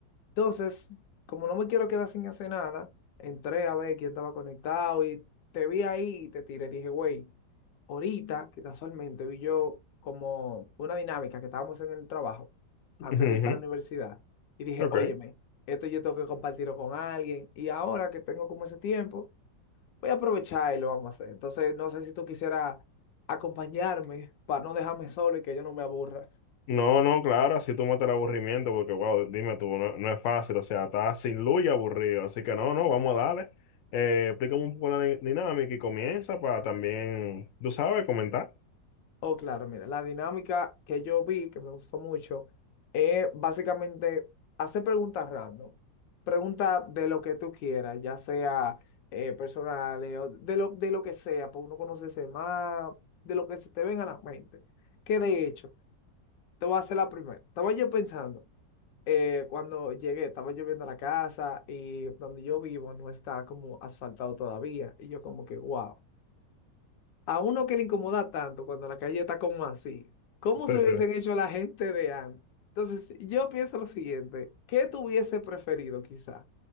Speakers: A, on the left; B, on the left.
A: Entonces, como no me quiero quedar sin hacer nada, entré a ver quién estaba conectado y te vi ahí y te tiré. Dije, güey, ahorita que casualmente vi yo como una dinámica que estábamos en el trabajo
B: Ujú,
A: antes de ir para la universidad y dije,
B: Ok.
A: óyeme, esto yo tengo que compartirlo con alguien y ahora que tengo como ese tiempo. voy a aprovechar y lo vamos a hacer. Entonces, no sé si tú quisieras acompañarme para no dejarme solo y que yo no me aburra.
B: No, no, claro, así tú matas el aburrimiento, porque, wow, dime tú, no, no es fácil, o sea, estás sin luz y aburrido, así que no, no, vamos a darle. Eh, explícame un poco la di- dinámica y comienza para también, tú sabes, comentar.
A: Oh, claro, mira, la dinámica que yo vi, que me gustó mucho, es básicamente hacer preguntas random. Preguntas de lo que tú quieras, ya sea eh, personales o de lo, de lo que sea, para uno conocerse más, de lo que se te venga a la mente. Que de hecho, te voy a hacer la primera. Estaba yo pensando. eh, cuando llegué, estaba lloviendo a la casa y donde yo vivo no está como asfaltado todavía. Y yo como que, wow, a uno que le incomoda tanto cuando la calle está como así, ¿cómo
B: Sí,
A: se hubiesen
B: sí.
A: hecho la gente de antes? Entonces, yo pienso lo siguiente, ¿qué tuviese preferido quizá?